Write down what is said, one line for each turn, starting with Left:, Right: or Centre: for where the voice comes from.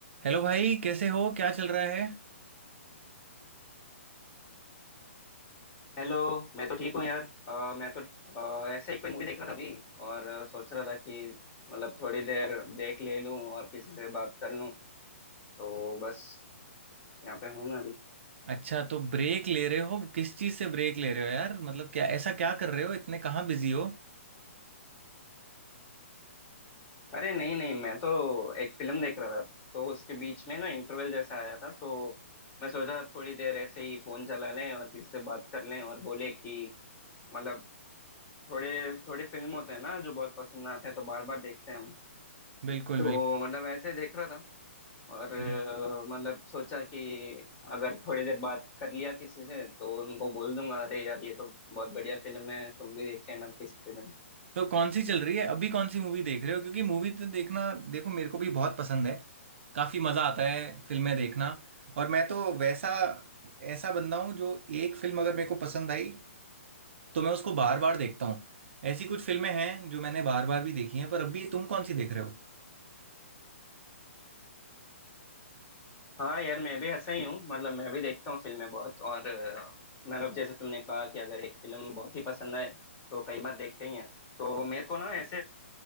Right: हेलो भाई कैसे हो क्या चल रहा है
Left: हेलो मैं तो ठीक हूँ यार अ, मैं तो अ, ऐसे ही कोई मूवी देख रहा था अभी और अ, सोच रहा था कि मतलब थोड़ी देर ब्रेक ले लूँ और किसी से बात कर लूँ तो बस यहाँ पे हूँ मैं अभी
Right: अच्छा तो ब्रेक ले रहे हो किस चीज से ब्रेक ले रहे हो यार मतलब क्या ऐसा क्या कर रहे हो इतने कहाँ बिजी हो
Left: अरे नहीं नहीं मैं तो एक फिल्म देख रहा था तो उसके बीच में ना इंटरवल जैसा आया था तो मैं सोचा थोड़ी देर ऐसे ही फोन चला लें और किसी से बात कर लें और बोले कि मतलब थोड़े थोड़े फिल्म होते हैं ना जो बहुत पसंद आते हैं तो बार बार देखते हैं हम
Right: बिल्कुल
Left: तो मतलब ऐसे देख रहा था और अ,
Right: बिल्कुल
Left: मतलब सोचा कि अगर थोड़ी देर बात कर लिया किसी से तो उनको बोल दूंगा अरे यार ये तो बहुत बढ़िया फिल्म है तुम भी देख लेना किसी दिन
Right: तो कौन सी चल रही है अभी कौन सी मूवी देख रहे हो क्योंकि मूवी तो देखना देखो मेरे को भी बहुत पसंद है काफी मजा आता है फिल्में देखना और मैं तो वैसा ऐसा बंदा हूँ जो एक फिल्म अगर मेरे को पसंद आई तो मैं उसको बार बार देखता हूँ ऐसी कुछ फिल्में हैं जो मैंने बार बार भी देखी हैं पर अभी तुम कौन सी देख रहे हो
Left: हाँ यार मैं भी ऐसा ही हूँ मतलब मैं भी देखता हूँ फिल्में बहुत और अ, मतलब जैसे तुमने कहा कि अगर एक फिल्म बहुत ही पसंद आए तो कई बार देखते ही हैं तो मेरे को ना ऐसे